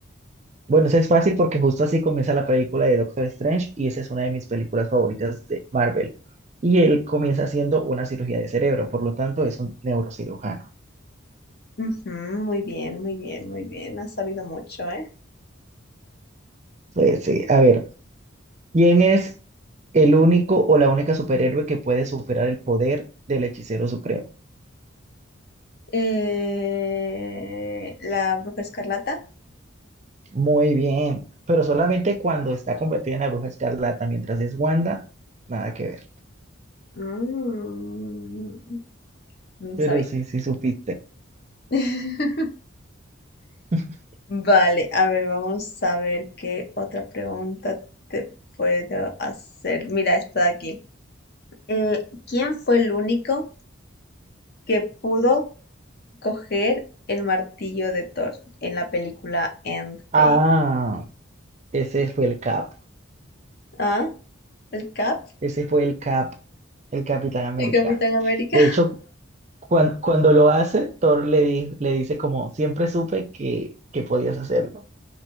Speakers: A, on the right; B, on the left.
A: Bueno, eso es fácil porque justo así comienza la película de Doctor Strange y esa es una de mis películas favoritas de Marvel. Y él comienza haciendo una cirugía de cerebro, por lo tanto es un neurocirujano.
B: Ujú, muy bien, muy bien, muy bien. Has sabido mucho, ¿eh?
A: Pues, sí, a ver, ¿quién es el único o la única superhéroe que puede superar el poder del hechicero supremo?
B: Eh, la Bruja Escarlata.
A: Muy bien, pero solamente cuando está convertida en la bruja escarlata, mientras es Wanda, nada que ver.
B: Mm, no sabía.
A: Pero sí, sí supiste.
B: <laughs>
A: <laughs>
B: Vale, a ver, vamos a ver qué otra pregunta te puedo hacer. Mira, está aquí. Eh, ¿quién fue el único que pudo coger el martillo de Thor en la película Endgame.
A: Ah, ese fue el Cap.
B: ¿Ah? ¿El Cap?
A: Ese fue el Cap, el Capitán América.
B: ¿El Capitán América?
A: De
B: <laughs>
A: hecho, cuan- cuando lo hace, Thor le, di- le dice como, siempre supe que, que podías hacerlo.